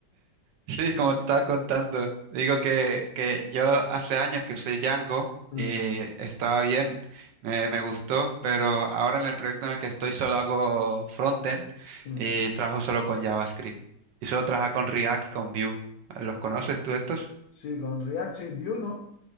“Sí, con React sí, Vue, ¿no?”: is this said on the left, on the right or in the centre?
Left